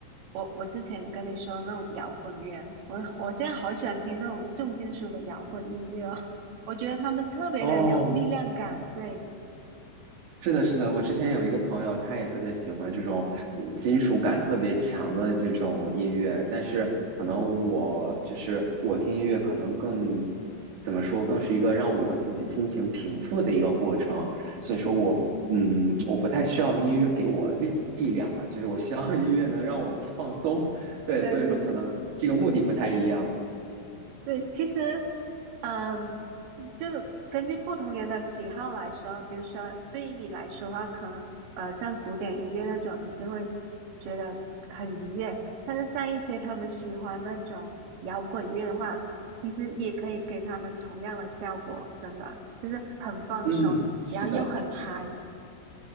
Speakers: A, on the right; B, on the right.
A: 我我之前跟你说那种摇滚乐，我我现在好喜欢听那种重金属的摇滚音乐哦，<laughs> 我觉得他们特别的有力量感，
B: 哦，
A: 对，
B: 是的，是的，我之前有一个朋友，他也特别喜欢这种呃金属感特别强的这种音乐，但是可能我就是我听音乐可能更怎么说，更是一个让我自己心情平复的一个过程，所以说我嗯，我不太需要音乐给我力力量吧，就是我希望音乐能让我放松，
A: 嗯，
B: 对，
A: 对对对。
B: 所以说可能这个目的不太一样，
A: 对，其实，嗯，就是根据不同人的喜好来说，比如说对于你来说的话，可能呃像古典音乐那种，你就会觉得很愉悦；但是像一些他们喜欢那种摇滚乐的话，其实也可以给他们同样的效果，真的就是很放松，
B: 嗯，是的。
A: 然后又很嗨。